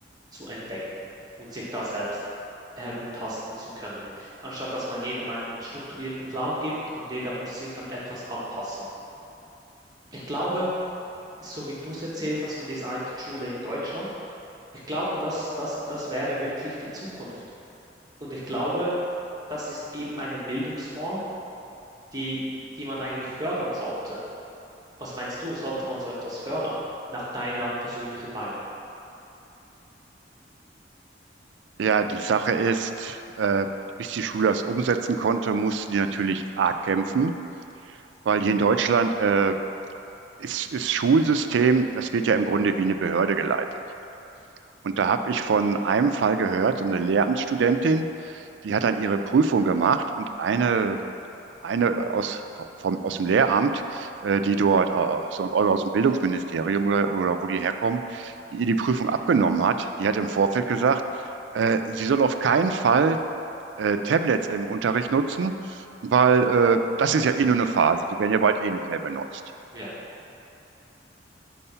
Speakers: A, on the right; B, on the right.
A: zu entdecken und sich da selbst herumtasten zu können, anstatt dass man jedem einen strukturierten Plan gibt und jeder muss sich an etwas anpassen. Ich glaube, so wie du es erzählt hast von dieser einen Schule in Deutschland, ich glaube, das, das, das wäre wirklich die Zukunft. Und ich glaube, das ist eben eine Bildungsform, die, die man eigentlich fördern sollte. Was meinst du, sollte man so etwas fördern, nach deiner persönlichen Meinung?
B: Ja, die Sache ist, äh, bis die Schule das umsetzen konnte, mussten die natürlich arg kämpfen, weil hier in Deutschland äh, ist, ist Schulsystem, das wird ja im Grunde wie eine Behörde geleitet. Und da habe ich von einem Fall gehört, so eine Lehramtsstudentin, die hat dann ihre Prüfung gemacht und eine eine aus, vom, aus dem Lehramt, äh, die dort äh, so, oder aus dem Bildungsministerium oder, oder wo die herkommen, die ihr die Prüfung abgenommen hat, die hat im Vorfeld gesagt, äh, sie soll auf keinen Fall äh, Tablets im Unterricht nutzen, weil äh, das ist ja eh nur eine Phase, die werden ja bald eh nicht mehr benutzt.
A: Ja,